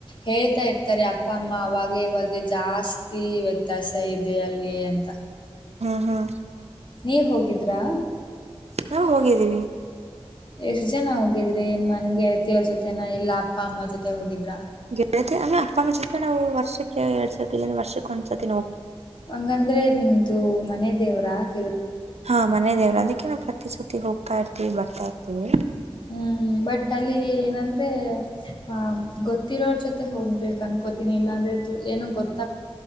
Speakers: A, on the left; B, on the right.
A: ಹೇಳ್ತಾ ಇರ್ತಾರೆ ಅಪ್ಪ ಅಮ್ಮ ಅವಾಗೆ ಇವಾಗ ಜಾಸ್ತಿ ವ್ಯತ್ಯಾಸ ಇದೆ ಅಲ್ಲಿ ಅಂತ
B: ಹಾ
A: ನೀವ್ ಹೋಗಿದ್ರಾ
B: ನಾವ್ ಹೋಗಿದ್ದೀವಿ
A: ಎಷ್ಟ್ ಜನ ಹೋಗಿದ್ರಿ ಏನ್ ಮನೆ ಯ ಜೊತೆನ ಇಲ್ಲ ಅಪ್ಪ ಅಮ್ಮ ಜೊತೆ ಹೋಗಿದ್ರ
B: ಗೆಳತಿ ಅಮ್ಮ ಜೊತೆ ನಾವು ವರ್ಷಕ್ಕೆ ಎರಡ್ ಸರ್ತಿ ಇಲ್ಲಿಂದ ವರ್ಷಕ್ಕೆ ಒಂದ್ಸತಿ ನ
A: ಹಂಗಂದ್ರೆ ನಿಮ್ದು ಮನೆದ ದೇವರಾಗ
B: ಹಾ ಮನೆ ದೇವ್ರು ಅದಕ್ಕೆ ಯಾಕೆ ನಾವು ಪ್ರತಿ ಸರ್ತಿ ಹೋಗ್ತಾ ಇರ್ತಿೀವಿ ಬರ್ತಾ ಇರ್ತೀವಿ
A: ಹ್ಮ್ ಬಟ್ ಅಲ್ಲಿ ಏನಂದ್ರೆ ಪ ಆ ಗತಿರೊತೆ ಹೋಗ್ಬೇಕು ಅನ್ಕೋತಿನನಿಲ್ಲಲ್ಲ ಅಂದ್ರೆ ಏನೋ ಗೊತ್ತ